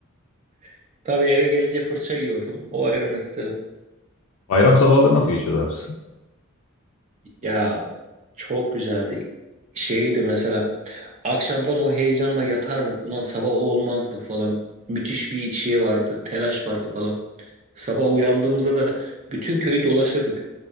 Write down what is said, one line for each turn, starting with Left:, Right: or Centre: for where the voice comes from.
Right: <laughs> Tabii eve gelince fırça yiyordum. O ayrı mesele.
Left: Bayram sabahları nasıl geçiyorlar biz?
Right: Ya çok güzeldi. Şeydi mesela Akşamdan o heyecanla yatardık. Ulan sabah olmazdı falan. Müthiş bir şey vardı. Telaş vardı falan. Sabah uyandığımızda da bütün köyü dolaşırdık.